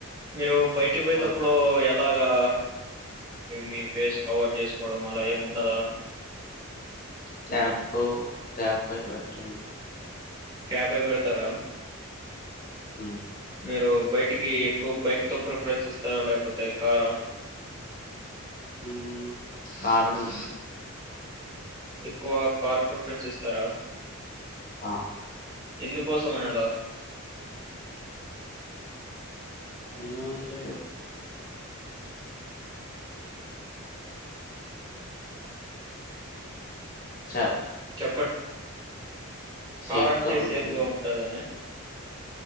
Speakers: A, on the right (about 15°); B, on the left (about 40°).
A: మీరు బయటికి పోయటప్పుడు
B: ఓకే
A: ఎలాగా మీ ఫేస్ కవర్ చేసుకోవడం అలా ఏముండదా
B: తాపో తాపయినట్టు ఉంది
A: క్యా పై పెడతారా
B: ఉమ్
A: మీరు బయటికి ఎక్కువ బైక్ తో ప్రిఫరెన్స్ ఇస్తారా లేకపోతే కారా
B: ఉమ్ కారు అండి
A: ఎక్కువ కార్ ప్రిఫరెన్స్ ఇస్తారా
B: ఆ
A: ఎందుకోసమనీ అలా
B: ఎందుకంటే సా
A: చెప్పండి
B: సేఫ్‌గా
A: కార్ అంటే
B: ఉంటది.
A: సేఫ్గా ఉంటదని